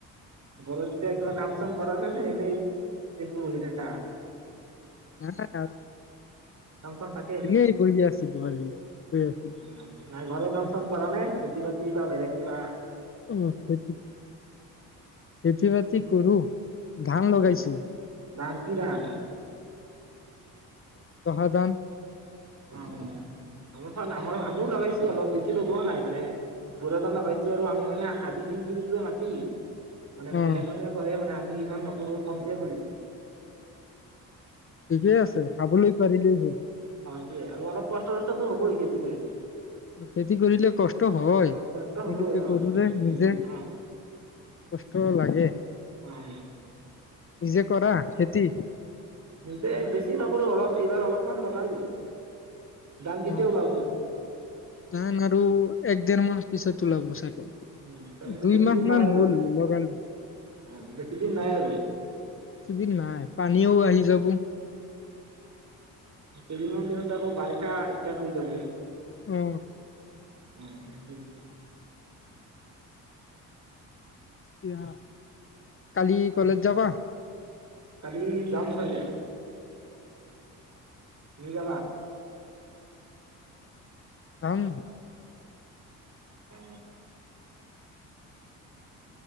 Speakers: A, on the right; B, on the left.
A: ঘৰত এতিয়া কিবা কাম চাম কৰা নে এনেই দিনটো বহি থাকা?
B: নাই
A: কাম চাম থাকেই।
B: এনেই বহি আছিলো আজি। বহি আছিলো।
A: উম নাই ঘৰৰ কাম চাম কৰানে খেতি বা কিবা বেলেগ বা
B: <unintelligible> খেতি বাতি কৰো। ধান লগাইছো,
A: উম, <unintelligible>
B: জহা ধান,
A: অও। অলপমান আমাৰো আমিও লগাইছো অলপ বেছি লগোৱাও নাই মানে বুৰা ধান লগাইছো আমি মানে আধি দিও টো মাটি মানে
B: অ',
A: বেলেগ মানুহে কৰে মানে আ এইবাৰ নকৰো কমকে কৰিছো।
B: ঠিকেই আছে খাবলৈ পাৰিলেই হ'ল।
A: <unintelligible> টোই আৰু অলপ কষ্ট চষ্ট টো হ'ব ই খেতি কৰিলে।
B: খেতি কৰিলে কষ্ট হয়।
A: অ কষ্ট
B: <unintelligible>
A: হ'বই অ সেইটোৱে অ
B: কষ্ট লাগে।
A: অ' উম!
B: নিজে কৰা খেতি?
A: নিজে বেছি নকৰো অলপ এইবাৰ অলপমান লগালো ধান কেতিয়া
B: অ'।
A: ওলাব
B: দান আৰু এক দেৰমাহ পিছত ওলাব চাগে।
A: উম তাৰমানে
B: দুইমাহমান
A: বেছি দিন নাই আৰু
B: হ'ল <unintelligible> বেছিদিন
A: অ বেছি দিন নাই আৰু
B: নাই পানীও আহি
A: অ
B: যাব।
A: কেইদিনমান পিছত আকৌ বাৰিষা ইস্টাৰ্ট হৈ যাব।
B: উম!
A: <inaudible>
B: এতিয়া, কালি কলেজ যাবা?
A: কালি যাম চাগে তুমিও যাবা
B: যাম
A: <inaudible>